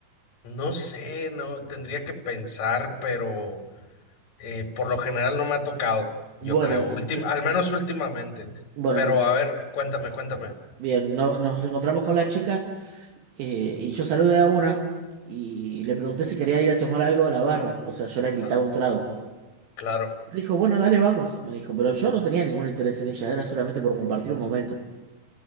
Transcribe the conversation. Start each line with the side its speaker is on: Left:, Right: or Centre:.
Left: no sé, no, tendría que pensar, pero eh, por lo general no me ha tocado, yo
Right: Bueno,
Left: creo, últim-
Right: l-
Left: al menos últimamente.
Right: bueno,
Left: Pero a ver, cuéntame, cuéntame.
Right: bien, no- nos encontramos con las chicas eh, y yo saludé a una y le pregunté si quería ir a tomar algo a la barra. O sea, yo la invitaba
Left: Ah,
Right: a un trago.
Left: claro,
Right: Me dijo, bueno, dale, vamos. Me dijo, pero yo no tenía ningún interés en ella, era solamente por compartir un momento.